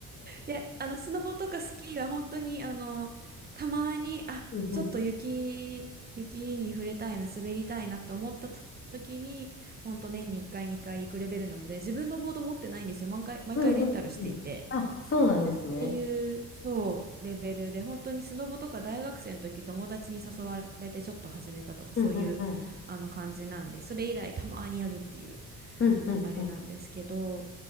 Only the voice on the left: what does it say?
うんうん。
うんうんうん。あ、そうなんですね。
うんうんうん。
うんうんうん。